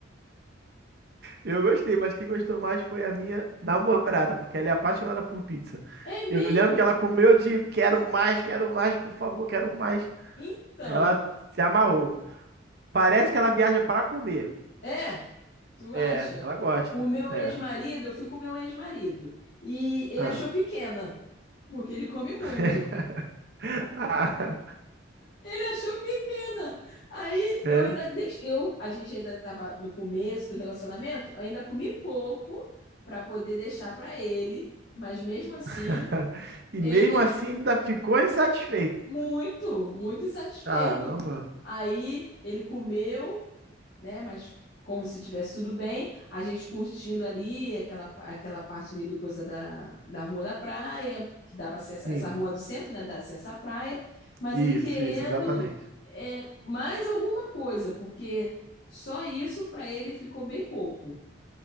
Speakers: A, on the right; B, on the left.
A: Eu gostei, mas quem gostou mais foi a minha namorada, porque ela é apaixonada por pizza.
B: É mesmo?
A: Eu lembro que ela comeu de quero mais, quero mais, por favor, quero mais.
B: Então,
A: Ela se amarrou. Parece que ela viaja para comer.
B: é? Tu
A: É,
B: acha?
A: ela gosta.
B: O meu
A: É.
B: ex-marido, eu fui com o meu ex-marido. E ele
A: Ah.
B: achou pequena, porque ele come muito.
A: <laughs> Ah.
B: Ele achou pequena. Aí eu
A: É.
B: ainda deix... eu, a gente ainda estava no começo do relacionamento, ainda comi pouco para poder deixar para ele, mas mesmo assim,
A: <laughs> E
B: ele
A: mesmo
B: achou
A: assim ainda ficou insatisfeito.
B: Muito, muito insatisfeito.
A: Caramba.
B: Aí ele comeu, né? Mas como se tivesse tudo bem, a gente curtindo ali aquela, aquela parte ali do coisa da, da rua da praia, que dava acesso,
A: Sim.
B: essa rua do centro, né? Dava acesso à praia, mas
A: Isso,
B: ele querendo
A: isso, exatamente.
B: é, mais alguma coisa, porque só isso para ele ficou bem pouco.